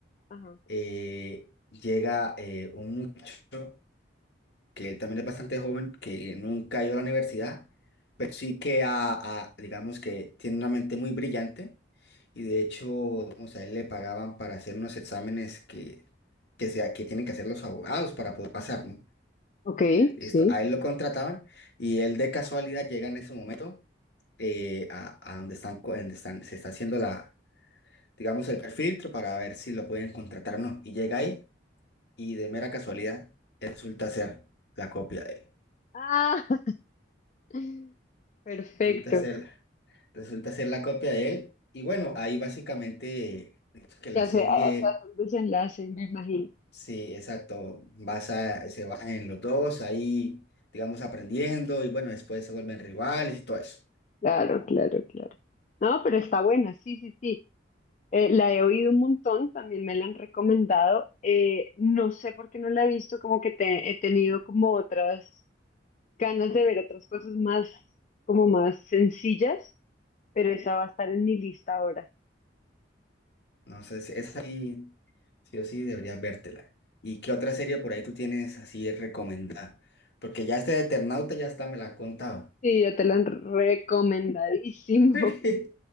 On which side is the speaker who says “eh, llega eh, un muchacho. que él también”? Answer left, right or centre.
Left